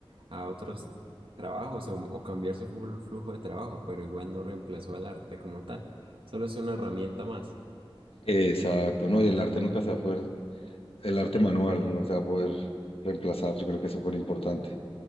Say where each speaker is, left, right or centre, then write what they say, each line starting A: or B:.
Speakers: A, on the right; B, on the left.
A: a otros trabajos o, o cambiar su flu- flujo de trabajo, pero igual no reemplazó al arte como tal, solo es una herramienta más.
B: Exacto, no, y el arte nunca se va a poder, el arte manual no se va a poder reemplazar, yo creo que es súper importante.